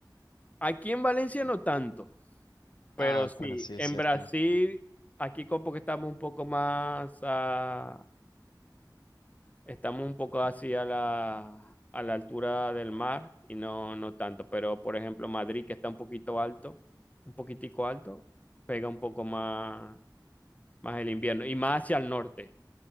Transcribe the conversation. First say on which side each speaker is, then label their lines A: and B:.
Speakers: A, on the left; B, on the left.
A: Aquí en Valencia no tanto. Pero
B: Ah,
A: sí,
B: bueno, sí, es
A: en
B: cierto.
A: Brasil, aquí como que estamos un poco más, ah, estamos un poco así a la, a la altura del mar y no, no tanto. Pero por ejemplo, Madrid, que está un poquito alto, un poquitico alto, pega un poco más, más el invierno y más hacia el norte,